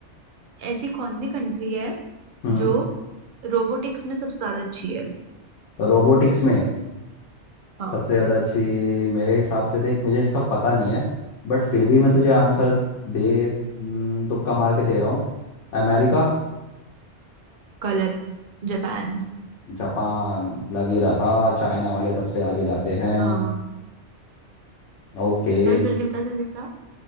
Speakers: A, on the right (about 55°); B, on the left (about 85°).
A: ऐसी कौन सी कंट्री है
B: हम्म
A: जो रोबोटिक्स में सबसे ज्यादा अच्छी है
B: रोबोटिक्स में
A: हाँ
B: सबसे ज़्यादा अच्छी मेरे हिसाब से देख मुझे इसका पता नहीं है बट फिर भी मैं तुझे आंसर दे हम्म, तुक्का मार के दे रहा हूँ अमेरिका
A: गलत जापान
B: जापान लग ही रहा था चाइना वाले सबसे आगे जाते हैं
A: हाँ
B: ओके
A: चल जल्दी बता जल्दी बता